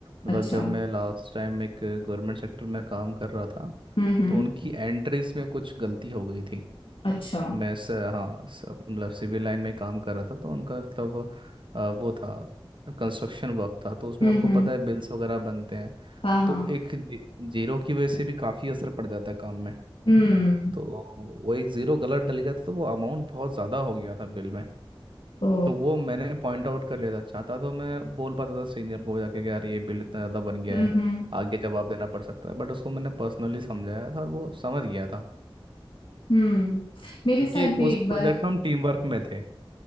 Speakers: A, on the right; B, on the left.
A: मतलब
B: अच्छा
A: जब मैं लास्ट टाइम एक गवर्नमेंट सेक्टर में काम कर रहा था
B: हम्म हम्म
A: तो उनकी एंट्रीज में कुछ गलती हो गई थी
B: अच्छा
A: मैं स, हाँ स, मतलब सिविल लाइन में काम कर रहा था तो उनका मतलब अ, वो था कंस्ट्रक्शन वर्क था तो उसमें
B: हम्म
A: आपको
B: हम्म
A: पता है बिल्स वगैरह बनते हैं
B: हाँ हाँ
A: तो एक जी, जीरो की वजह से भी काफ़ी असर पड़ जाता है काम में
B: हम्म
A: तो वो एक ज़ीरो गलत डल गया था तो वो अमाउंट बहुत ज़्यादा हो गया था बिल में
B: ओ
A: तो वो मैंने पॉइंट आउट कर लिया था चाहता तो मैं बोल पाता था सीनियर को जाके कि यार ये बिल इतना ज़्यादा बन गया
B: हम्म
A: है
B: हम्म
A: आगे जवाब देना पड़ सकता है बट उसको मैंने पर्सनली समझाया था और वो समझ गया था
B: हम्म मेरे
A: क्योंकि
B: साथ भी
A: उस
B: एक बार
A: प्रोजेक्ट में हम टीम वर्क में थे